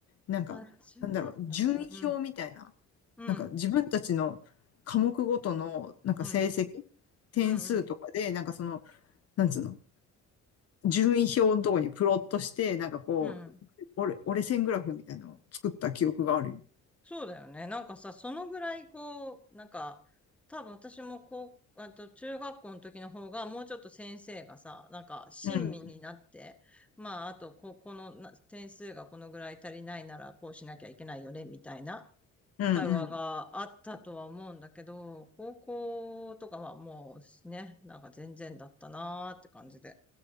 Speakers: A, on the left; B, in the centre.
A: なんか、
B: あ、中学校ね。
A: なんだろう、順位表みたいな。
B: うん、うん、
A: なんか自分たちの科目ごとの、なんか成績、
B: うん、
A: 点数とかで、
B: うん、
A: なんかその、なんつうの、順位表のところにプロットして、なんかこう、
B: うん、うん。
A: 折れ線グラフみたいなのを作った記憶があるよ。
B: そうだよね。なんかさ、そのぐらいこう、なんか、多分私もこう、あと中学校の時の方がもうちょっと先生がさ、なんか親身になって、
A: うん。
B: まああとこ、このな点数がこのぐらい足りないならこうしなきゃいけないよね、みたいな
A: うんうん。
B: 会話があったとは思うんだけど、高校とかはもうね、なんか全然だったなーって感じで。